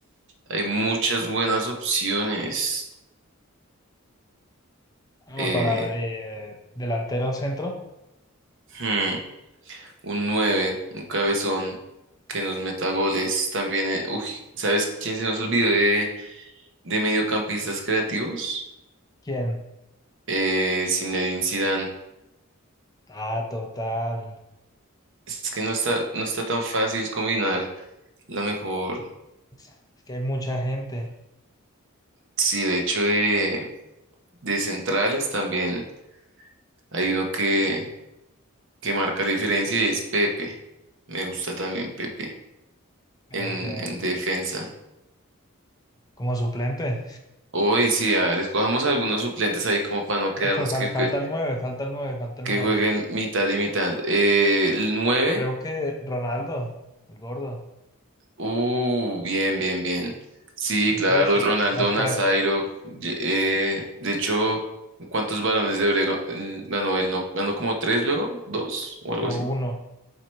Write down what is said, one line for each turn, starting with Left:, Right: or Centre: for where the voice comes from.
Right: Hay muchas buenas opciones.
Left: Ah,
Right: Eh,
Left: para eh, delantero centro,
Right: hmm, un nueve un cabezón que nos meta goles. También, eh, uy, ¿sabes quién se nos olvidó de, de mediocampistas creativos?
Left: ¿quién?
Right: Eh, Zinedine Zidane.
Left: Ah, total.
Right: Es que no está, no está tan fácil combinar la mejor.
Left: Es que hay mucha gente.
Right: Sí, de hecho, de, de centrales también hay uno que que marca la diferencia y es Pepe. Me gusta también Pepe
Left: Pepe,
Right: en, en defensa.
Left: como suplente.
Right: Hoy sí, a ver, escojamos algunos suplentes ahí como para no quedarnos
Left: No Fue fal-
Right: que, que,
Left: falta el nueve falta el nueve falta el
Right: que
Left: nueve
Right: jueguen mitad y mitad. Eh, el 9
Left: Creo que Ronaldo, el gordo.
Right: uh, bien, bien, bien. Sí,
Left: Ese
Right: claro,
Left: es
Right: Ronaldo
Left: más
Right: Nazairo.
Left: crack.
Right: ye- eh, de hecho, ¿cuántos balones de Oro ganó él? ¿No? ¿Ganó como tres luego? ¿Dos? ¿O algo
Left: O
Right: así?
Left: uno,